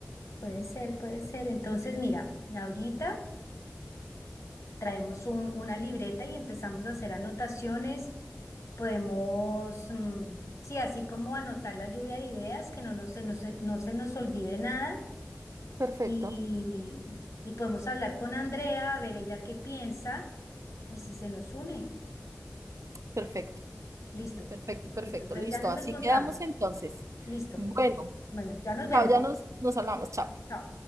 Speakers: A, on the left; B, on the right.
A: Puede ser, puede ser. Entonces, mira, ahorita traemos un- una libreta y empezamos a hacer anotaciones. Podemos, mm, sí, así como anotar la lluvia de ideas, que no, nos- se, nos, no se nos olvide nada.
B: Perfecto,
A: Y, y podemos hablar con Andrea, a ver ella qué piensa y si se nos une.
B: perfecto,
A: Listo,
B: perfecto, perfecto.
A: listo. Entonces
B: Listo,
A: ya nos
B: así
A: encontramos.
B: quedamos entonces.
A: Listo.
B: Bueno,
A: Bueno, ya nos vemos.
B: chao, ya nos, nos hablamos, chao.
A: Chao.